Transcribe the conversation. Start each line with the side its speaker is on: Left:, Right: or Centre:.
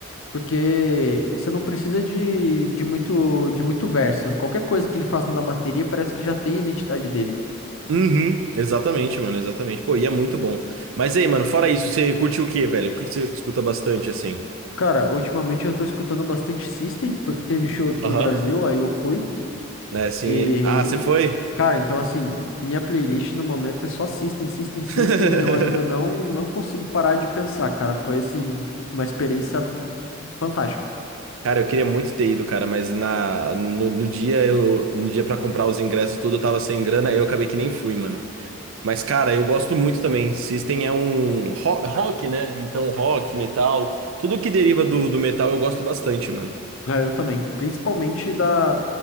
Left: Porque você não precisa de, de muito, de muito verso. Qualquer coisa que ele faz na bateria parece que já tem a identidade dele.
Right: Uhum, exatamente, mano, exatamente. Pô, e é muito bom. Mas aí, mano, fora isso, você curte o quê, velho? O que que você escuta bastante assim?
Left: Cara, ultimamente eu tô escutando bastante System, porque teve show aqui
Right: Aham.
Left: no Brasil, aí eu fui.
Right: É, assim.
Left: E,
Right: Ah, você foi?
Left: cara, então assim, minha playlist no momento é só System, System, System.
Right: <laughs>
Left: Eu ainda não, não consigo parar de pensar, cara. Foi assim, uma experiência fantástica.
Right: Cara, eu queria muito ter ido, cara, mas na, no, no dia eu, no dia para comprar os ingressos e tudo, eu tava sem grana, aí eu acabei que nem fui, mano. Mas, cara, eu gosto muito também. System é um ro- rock, né? Então, rock, metal, tudo que deriva do, do metal eu gosto bastante, mano.
Left: É, eu também. Principalmente da.